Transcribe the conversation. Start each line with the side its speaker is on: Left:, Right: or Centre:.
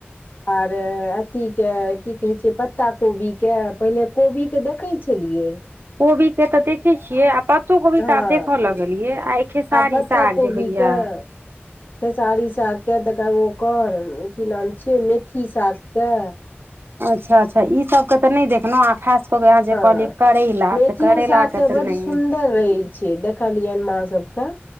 Left: आर अथीके की कहैत छै पत्ता कोबीके पहिले कोबीके देखैत छलियै छलियै
Right: कोबी के तऽ देखै छियै आ पत्तो कोबी
Left: हँ
Right: ता आब देखय लगलियै आ खेसारी
Left: पत्ता
Right: साग
Left: कोबी
Right: जे होइया
Left: के खेसारी सागके त ओकर की नाम छियै मेथी सागके
Right: अच्छा अच्छा ई सब के तऽ नहि देखलहु आ खास कऽ के अहाँ जे
Left: हँ
Right: कहलियै करैला
Left: मेथियो
Right: तऽ करैलाके
Left: सागके
Right: तऽ
Left: बड
Right: नहि
Left: सुन्दर रहै छै देखलियनि मा सब क